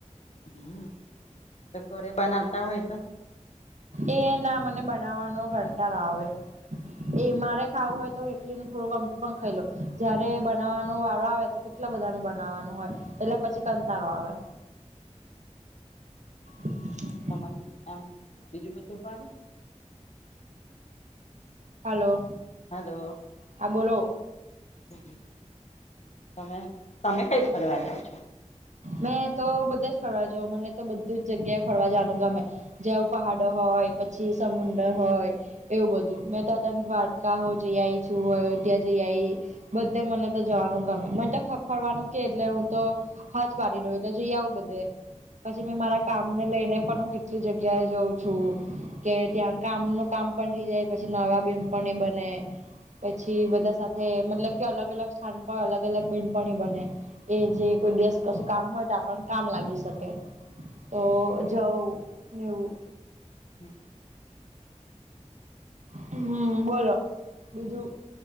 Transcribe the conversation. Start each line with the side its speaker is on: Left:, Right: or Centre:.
Left: હમ્મ તો ઘરે બનાવતા હોય તો.
Right: એ ના મને બનાવવાનો કંટારો આવે એ મારે ખાવું હોય તો એકલી નું થોડું ગમતું પણ ખાઈ લો જયારે બનાવાનો વારો આવે તો કેટલા બધા નુ બનાવાનું હોય એટલે પછી કંટાળો આવે <inaudible>
Left: તમાને એમ બીજું બધું ભાવે
Right: હલો.
Left: હલો.
Right: હા બોલો.
Left: હ તમે તમે કઈ ફરવા જાવ છો?
Right: મેં તો બધા જ ફરવા જવુ મને તો બધું જ જગ્યાએ ફરવા જવાનું ગમે. જે આવું પહાડો હોય પછી સમુંદર હોય એવું બધું મેં તો અતાન દ્વારકાઓ જઈ આઈ છું અયોધ્યા જઈ આઈ બધે મને તો જવાનું ગમે મને તો ફરવાનું કે એટલે હું તો ફેમી જોડે તો જઈ આવું બધે પછી મેં મારા કા તમને લઈને પણ હું કેટલી જગ્યાએ જઉં છું. કે ત્યાં કામ નું કામ પણ થઇ જાય પછી નવા બેનપને બને પછી બધા સાથે મતલબ કે અલગ અલગ સ્થાન પર અલગ અલગ બેનપણી બને એ જે કોઈ દેેશ કશું કામ હોય તો આપણ કામ લાગી શકે તો જઉં નેવું
Left: <inaudible>
Right: હમ્મ બોલો બીજું